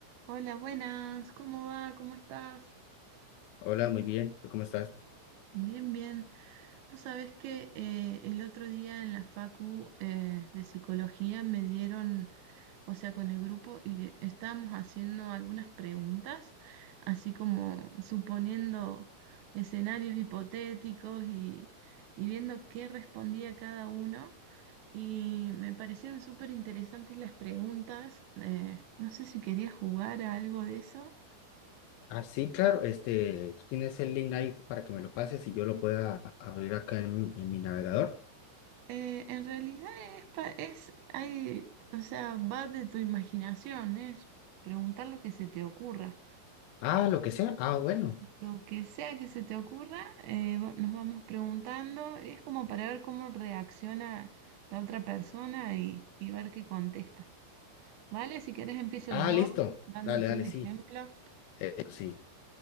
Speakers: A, on the right; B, on the left.
A: Hola, buenas, ¿cómo va? ¿Cómo estás?
B: Hola, muy bien. ¿Tú cómo estás?
A: Bien, bien. Vos sabés que eh, el otro día en la facu eh, de psicología me dieron, o sea, con el grupo y estábamos haciendo algunas preguntas, así como suponiendo escenarios hipotéticos y, y viendo qué respondía cada uno. Y me parecieron súper interesantes las preguntas. eh, no sé si querías jugar a algo de eso.
B: Ah, sí, claro. Este, tú tienes el link ahí para que me lo pases y yo lo pueda abrir acá en, en mi navegador.
A: Eh, en realidad es, pa- es, hay, o sea, va de tu imaginación, es preguntar lo que se te ocurra.
B: Ah, lo que sea. Ah, bueno.
A: Lo que sea que se te ocurra, eh, va- nos vamos preguntando, es como para ver cómo reacciona la otra persona y, y ver qué contesta. ¿Vale? Si querés empiezo
B: Ah,
A: yo
B: listo.
A: dándote
B: Dale, dale,
A: un ejemplo.
B: sí. Eh, sí.